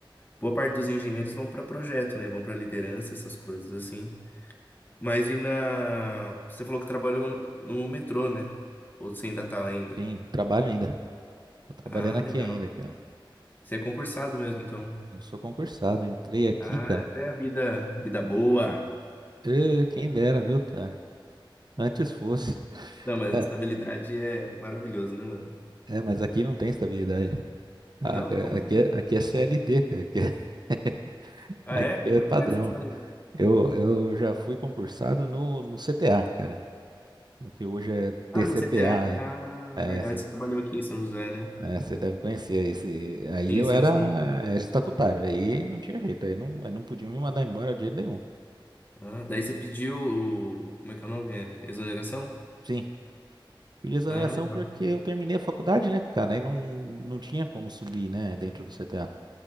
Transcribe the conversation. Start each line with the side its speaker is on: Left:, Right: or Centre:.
Left: Boa parte dos engenheiros vão para projeto, né? Vão para liderança, essas coisas assim. Mas e na. Você falou que trabalhou no, no metrô, né? Ou você ainda tá lá ainda?
Right: Sim, trabalho ainda. Tô trabalhando
Left: Ah,
Right: aqui
Left: legal.
Right: ainda, cara.
Left: Você é concursado mesmo, então.
Right: Eu sou concursado, entrei aqui,
Left: Ah,
Right: cara.
Left: até a vida, vida boa.
Right: Ê, quem dera, viu, cara? Antes fosse.
Left: Não, mas
Right: É,
Left: a estabilidade é maravilhoso, né, mano?
Right: é, mas aqui não tem estabilidade. Ah,
Left: Não,
Right: Aqui é,
Left: como assim?
Right: aqui é aqui é CLT, cara. Aqui é, <laughs>
Left: Ah,
Right: aqui
Left: é?
Right: é
Left: Mas
Right: padrão.
Left: como é que funciona isso?
Right: Eu, eu já fui concursado no, no CTA, cara. O que hoje é
Left: Ah,
Right: DCTA.
Left: no CTA aqui.
Right: aí.
Left: Ah,
Right: É,
Left: verdade,
Right: você
Left: você trabalhou aqui em São José, né?
Right: é, você deve conhecer esse. Aí
Left: Sim,
Right: eu
Left: sim,
Right: era,
Left: sim.
Right: era estatutário. Aí não tinha jeito. Aí não, aí não podiam me mandar embora de jeito nenhum.
Left: Ah, daí você pediu. o- Como é que é o nome? É exoneração?
Right: Sim, pedi exoneração
Left: Ah, legal.
Right: porque eu terminei a faculdade, né, cara? Aí não, não tinha como subir, né, dentro do CTA.